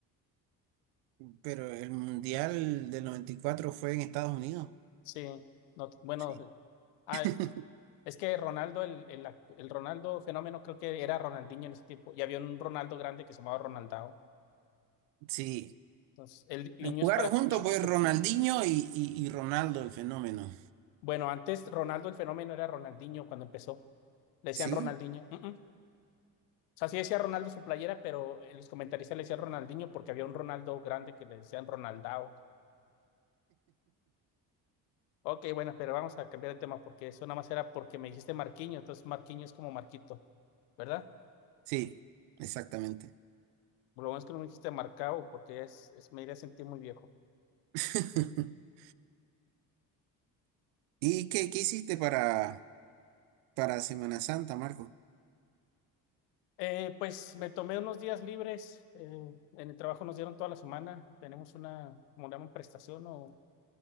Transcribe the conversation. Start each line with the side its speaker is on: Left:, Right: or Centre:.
Right: pero el Mundial del 94 fue en Estados Unidos.
Left: Sí, no, bueno,
Right: Sí.
Left: ah,
Right: <laughs>
Left: es que Ronaldo, el, el, act- el Ronaldo fenómeno, creo que era Ronaldinho en ese tiempo, y había un Ronaldo grande que se llamaba Ronaldao.
Right: Sí.
Left: Entonces, el niño
Right: Jugaron
Left: es para
Right: juntos
Left: chiquito.
Right: pues Ronaldinho y, y- y Ronaldo, el fenómeno.
Left: Bueno, antes Ronaldo el fenómeno era Ronaldinho cuando empezó. Le decían
Right: ¿Sí?
Left: Ronaldinho. uh-uh. O sea, sí decía Ronaldo su playera, pero en los comentaristas le decían Ronaldinho porque había un Ronaldo grande que le decían Ronaldao. Ok, bueno, pero vamos a cambiar de tema porque eso nada más era porque me dijiste Marquinho, entonces Marquinho es como Marquito, ¿verdad?
Right: Sí, exactamente.
Left: Lo bueno es que no me dijiste Marcao porque es, es- me iría a sentir muy viejo.
Right: <laughs> ¿Y qué, qué hiciste para, para Semana Santa, Marco?
Left: Eh, pues me tomé unos días libres, eh, en el trabajo nos dieron toda la semana, tenemos una, como le llaman, prestación o